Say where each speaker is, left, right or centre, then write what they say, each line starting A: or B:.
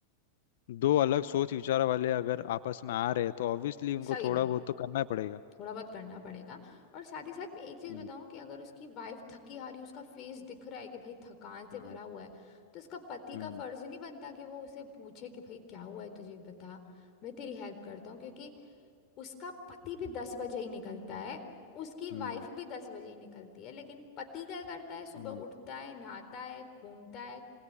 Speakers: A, on the left (about 70°); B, on the left (about 40°).
A: दो अलग सोच विचार वाले अगर आपस में आ रहे हैं तो ऑब्वियसली उनको
B: सही
A: थोड़ा
B: बात
A: बहुत तो करना ही पड़ेगा
B: थोड़ा बहुत करना पड़ेगा और साथ ही साथ मैं एक चीज़
A: हम्म
B: बताऊं कि अगर उसकी वाइफ थकी हारी उसका फेस दिख रहा है कि भाई थकान से
A: हम्म
B: भरा हुआ है तो उसका पति
A: हम्म
B: का फर्ज नहीं बनता कि वो उसे पूछे कि भाई क्या हुआ है तुझे बता मैं तेरी हेल्प करता हूँ क्योंकि उसका पति भी दस बजे ही निकलता है उसकी वाइफ
A: हम्म
B: भी दस बजे ही निकलती है लेकिन पति क्या करता है सुबह
A: हम्म,
B: उठता है नहाता है घूमता है